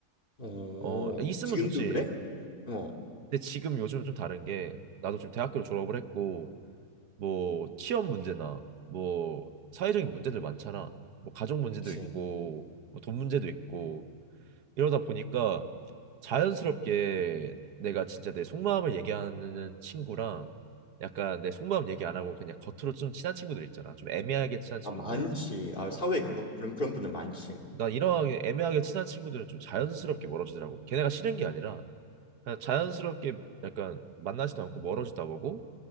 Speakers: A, on the left (about 35°); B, on the right (about 85°).
A: 어.
B: 어, 있으면
A: 지금도
B: 좋지.
A: 그래? 어.
B: 근데 지금 요즘 좀 다른 게 나도 지금 대학교를 졸업을 했고 뭐 취업 문제나 뭐 사회적인 문제들 많잖아. 뭐 가족 문제도
A: 그치.
B: 있고 뭐돈 문제도 있고 이러다 보니까 자연스럽게 내가 진짜 내 속마음을 얘기하는 친구랑 약간 내 속마음 얘기 안 하고 그냥 겉으로 좀 친한 친구들 있잖아. 좀 애매하게 친한 친구들.
A: 아, 많지. 아,
B: 어,
A: 사회에 그런 건- 그런 그런 분들 많지.
B: 난 이러하게 애매하게 친한 친구들은 좀 자연스럽게 멀어지더라고. 걔네가 싫은 게 아니라 그냥 자연스럽게 약간 만나지도 않고 멀어지다 보고